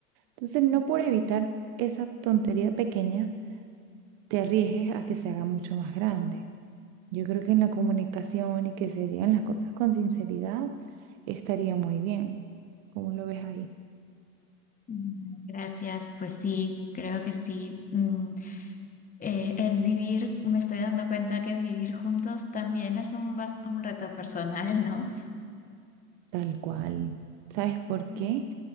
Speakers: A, on the right; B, on the left.
A: Entonces, no por evitar esa tontería pequeña, te arriesgues a que se haga mucho más grande. Yo creo que en la comunicación y que se digan las cosas con sinceridad estaría muy bien. ¿Cómo lo ves ahí?
B: Mm, Gracias, pues sí, creo que sí. Mm, eh, el vivir, me estoy dando cuenta que vivir juntos también es un, bas- un reto personal, ¿no?
A: Tal cual. ¿Sabes por
B: Sí.
A: qué?